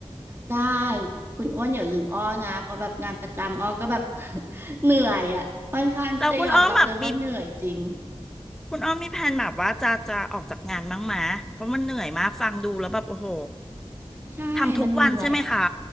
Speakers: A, on the right (about 20°); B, in the centre.
A: ได้คุณอ้วนอย่าลืมอ้อนะเพราะแบบงานประจำอ้อก็แบบ <laughs> เหนื่อยอ่ะค่อนข้างที่จะยอมรับเลยว่าเหนื่อยจริง
B: แล้วคุณอ้อมแบบมี คุณอ้อมมีแผนแบบว่าจะจะออกจากงานบ้างไหมเพราะมันเหนื่อยมากฟังดูแล้วแบบโอ้โห
A: ใช่มันเหนื่อย
B: ทำทุกวันใช่ไหมคะ